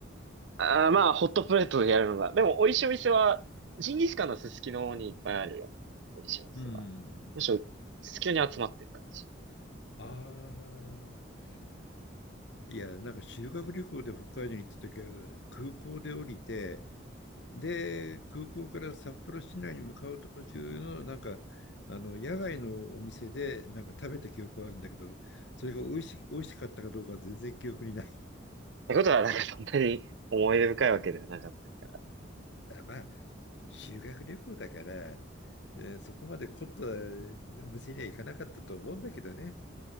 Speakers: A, on the right; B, on the left.
A: れない。ああ、まあ、ホットプレートでやるのが。でも、美味しいお店は、ジンギスカンのすすきのにいっぱいあるよ。美味しいお店は。
B: うん。
A: むしろ、すすきのに集まってる感じ。
B: ああ。いや、なんか修学旅行で北海道に行った時は、空港で降りて、で、
A: うん。っ
B: 空港から札幌市内に向かう途中の、なんか、あの、野外のお店で、なんか食べた記憶はあるんだけど、それが美味し、美味しかったかどうかは全然記憶にない。
A: てことは、なんかそんなに思い出深いわけではなかった。
B: <laughs> あ、まあ、修学旅行だから、えーそこまで凝ったお店には行かなかったと思うんだけどね。